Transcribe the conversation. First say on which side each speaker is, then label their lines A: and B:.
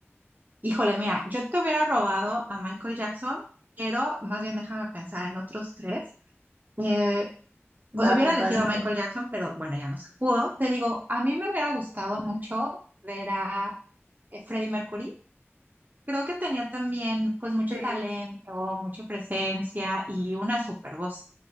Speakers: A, on the right; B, on the right.
A: Híjole, mira, yo te hubiera robado a Michael Jackson, pero más bien déjame pensar en otros tres. Eh,
B: Va,
A: O sea, hubiera
B: me parece.
A: elegido a Michael Jackson, pero bueno, ya no se pudo. Te digo, a mí me hubiera gustado mucho ver a eh, Freddie Mercury. Creo que tenía también pues mucho
B: Sí,
A: talento, mucha presencia y una super voz.